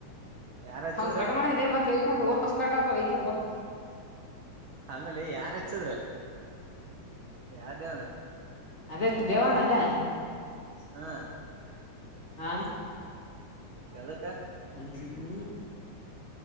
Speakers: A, on the right (about 60°); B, on the left (about 25°).
A: ಯಾರ್ ಹಚ್ಚಿದ್ರ
B: ಹೌದು ಕಟಮಾಡಿದಲೇ ಮತ್ತೆ ಕ ಶ ಕಟ್ಟಾತ ಕ
A: ಅಲ್ಲಲ್ಲಿ ಯಾರ್ ಹೆಚ್ಚದ್ರ ಯ್ದೇ
B: ಅದೇ ದೇವಣ್ಣ ಅಲ್ಲ
A: ಹಾ
B: ಹಾ
A: ಯದ
B: ಆಯಚನ